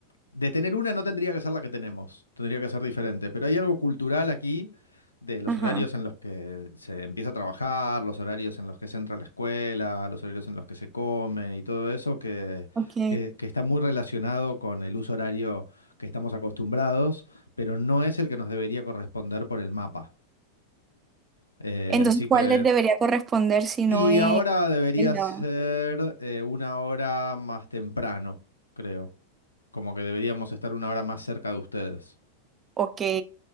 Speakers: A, on the left; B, on the right.
A: de tener una no tendría que ser la que tenemos, tendría que ser diferente, pero hay algo cultural aquí de los
B: Ajá,
A: horarios en los que se empieza a trabajar, los horarios en los que se entra a la escuela, los horarios en los que se come y todo eso que,
B: ok.
A: que- que está muy relacionado con el uso horario que estamos acostumbrados, pero no es el que nos debería corresponder por el mapa. Eh,
B: Entonces,
A: así que...
B: ¿cuál les debería corresponder si
A: Y
B: no es
A: ahora debería
B: el la-
A: ser eh, una hora más temprano, creo. Como que deberíamos estar una hora más cerca de ustedes.
B: Ok.